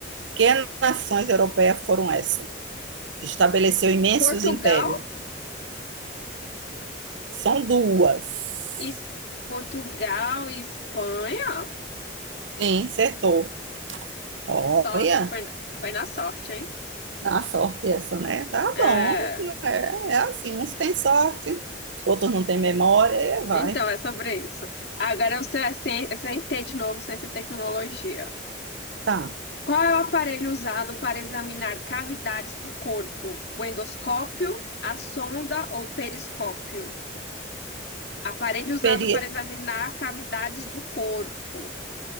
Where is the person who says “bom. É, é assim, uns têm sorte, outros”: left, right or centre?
Right